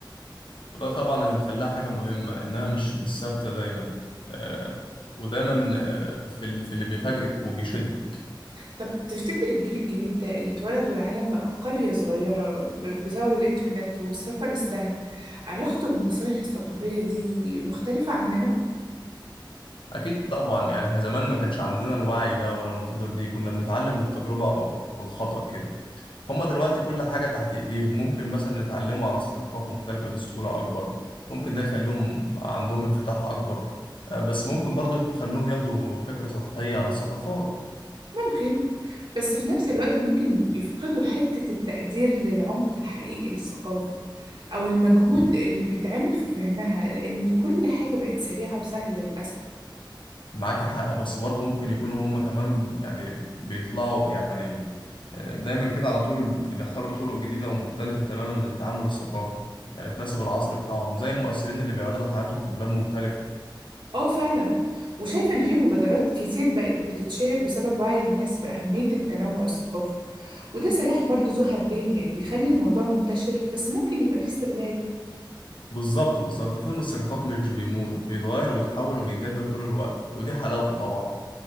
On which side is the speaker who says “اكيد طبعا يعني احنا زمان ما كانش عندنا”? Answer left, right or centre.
Left